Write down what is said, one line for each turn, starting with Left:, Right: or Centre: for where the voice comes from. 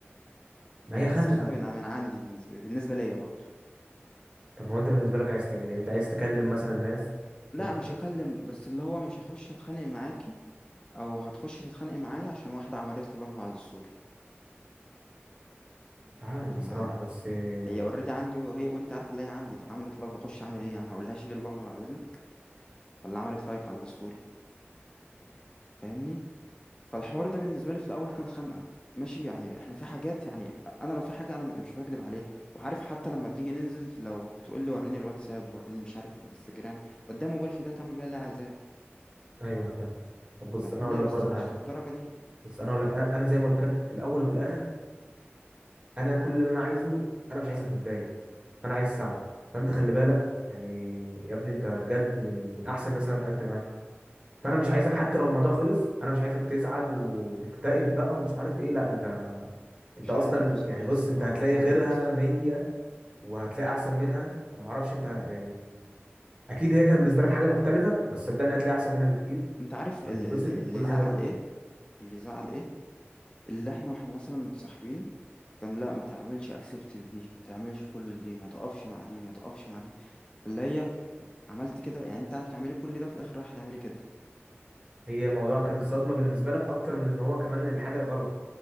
Right: ما
Left: يعني
Right: هي
Left: بحسها
Right: خانقه
Left: خانقه من من عندي بالنسبه بالنسبه ليا برضو
Right: طب ما هو انت بالنسبه لك عايز تعمل ايه انت عايز تكلم مثلا الناس
Left: لا
Right: وانت
Left: مش هكلم بس اللي هو مش هخش اتخانق معاكي او هتخشي تتخانقي معايا عشان واحده عملت لي لاف على الستوري
Right: مش عارف
Left: طب
Right: بصراحه
Left: ما
Right: بس آه،
Left: هي اوريدي عندي وهي وانت عارفه اللي هي عندي طب عملت لاف اخش اعمل ايه يعني هقول لها شيلي اللاف بعد اذنك ولا عملت لايك على الستوري فاهمني فالحوار ده بالنسبه لي في الاول كان خنقه ماشي يعني احنا في حاجات يعني انا لو في حاجه انا مش بكدب عليها وعارف حتى لما بنيجي ننزل لو بتقول لي وريني الواتساب وريني مش عارف الانستجرام بديها موبايل في ده تعمل بيها اللي هي عايزاه
Right: ايوه انا فاهم طب بص
Left: فاهمني
Right: انا اقول لك
Left: بس
Right: برضه
Left: مش
Right: حاجه
Left: للدرجه دي
Right: بص انا اقول لك انا أنا زي ما قلت لك في الاول وفي الاخر انا كل اللي انا عايزه انا مش عايزك متضايق فانا عايز اساعدك فانت خلي بالك يعني يا ابني انت بجد من, من احسن الناس اللي انا اتعاملت معاها فانا مش عايزك حتى لو الموضوع خلص انا مش عايزك تزعل وتكتئب بقى ومش عارف ايه لا انت انت
Left: مش
Right: اصلا
Left: عارف بصراحة
Right: يعني
Left: حاسس
Right: بص
Left: الحوار
Right: انت هتلاقي
Left: هيطول
Right: غيرها
Left: أصلا
Right: 100 وهتلاقي احسن منها انا ما اعرفش انت يعني اكيد هي كان بالنسبه لك حاجه مختلفه بس صدقني هتلاقي احسن منها بكتير
Left: أنت عارف
Right: هتتبسط
Left: ال- اللي اللي
Right: بكل
Left: زعل
Right: حاجه في الدنيا
Left: إيه اللي زعل إيه اللي إحنا وإحنا مثلا متصاحبين كان لا ما تعملش أكسبت لدي ما تعملش فولو لدي ما تقفش مع دي ما تقفش مع دي فاللي هي عملت كده يعني أنت قاعدة بتعملي كل ده وفي الآخر رايحة تعملي كده
Right: هي الموضوع كان صدمه بالنسبه لك اكتر من ان هو كمان الحاجه غلط